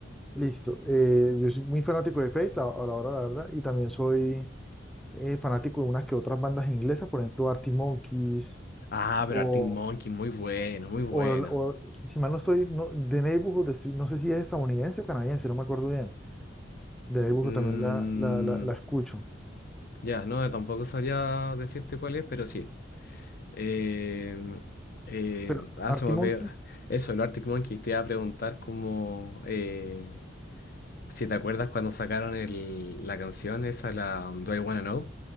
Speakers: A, in the centre; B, on the left.
A: Listo. eh, yo soy muy fanático de Fate, la- a la hora, la verdad, y también soy eh, fanático de unas que otras bandas inglesas, por ejemplo, Arctic Monkeys,
B: Ah, pero
A: o,
B: Arctic Monkey, muy bueno, muy bueno.
A: o, o- si mal no estoy, no, The Neighborhood, estoy- no sé si es estadounidense o canadiense, si no me acuerdo bien. The Neighborhood
B: Mm,
A: también la, la, la, la escucho.
B: ya, no, tampoco sabría decirte cuál es, pero sí. Eh, eh,
A: Pero
B: ah,
A: Arctic
B: se me olvidó.
A: Monkeys,
B: Eso, el Arctic Monkeys. Te iba a preguntar como eh, si te acuerdas cuando sacaron el, la canción esa, la um, Do I Wanna Know,